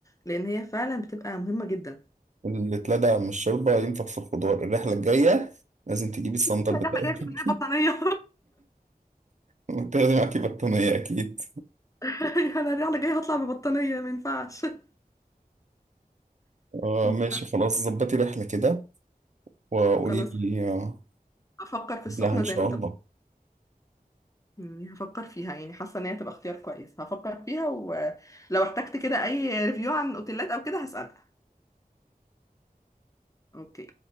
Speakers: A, on the left; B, on the right.
A: لأن هي فعلا بتبقى مهمة جدا
B: اللي اتلدع من الشوربة ينفخ في الخضار الرحلة الجاية لازم تجيبي الصندل
A: <laughs> الرحلة
B: بتاعك
A: جاية من
B: <laughs>
A: بطانية
B: وتاخدي معاكي بطانية <laughs> أكيد
A: <laughs> أنا الرحلة جاية هطلع ببطانية ما ينفعش <laughs> ما
B: اه
A: ينفعش.
B: ماشي خلاص ظبطي رحلة كده وقولي
A: خلاص
B: لي آه،
A: أفكر في السخنة
B: قبلها إن
A: زي
B: شاء
A: ما انت
B: الله
A: مم، هفكر فيها يعني حاسه ان هي تبقى اختيار كويس هفكر فيها ولو احتجت كده اي ريفيو عن اوتيلات او كده هسألك اوكي